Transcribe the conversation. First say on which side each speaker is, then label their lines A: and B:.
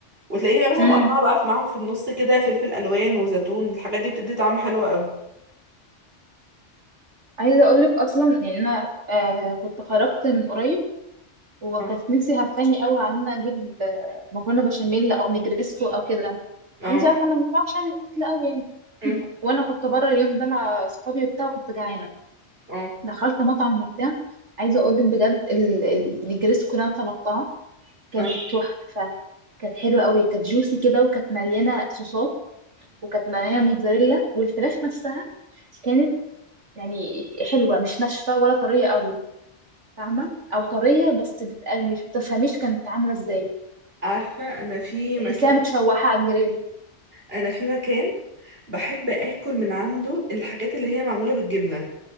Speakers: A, on the right; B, on the right.
A: وتلاقيني بقى مثلا
B: امم
A: مقطعة بقى في- معاهم في النص كده فلفل ألوان وزيتون الحاجات دي بتدي طعم حلو قوي
B: عايزه اقول لك اصلا يعني انا آه كنت خرجت من قريب وكانت
A: اه
B: نفسي هفاني قوي على ان انا اجيب آه، مكرونه بشاميل او نجريسكو او كده
A: اه
B: وانت عارفه انا ما بعرفش اعمل اكل قوي يعني <clears throat>
A: أمم،
B: وانا كنت بره اليوم ده مع اصحابي وبتاع وكنت جعانه
A: اه
B: دخلت مطعم وبتاع عايزه اقول لك بجد ال- ال- النجريسكو اللي انا طلبتها كانت
A: اه
B: تحفه كانت حلوه قوي كانت جوسي كده وكانت مليانه صوصات وكانت مليانه موتزاريلا والفراخ نفسها كانت يعني حلوة مش ناشفة ولا طرية قوي فاهمة أو طرية بس بتبقى مش بتفهميش كانت عاملة ازاي
A: عارفة أنا في
B: تحسيها
A: مكان
B: متشوحة على الجريل
A: أنا في مكان بحب آكل من عنده الحاجات اللي هي معمولة بالجبنة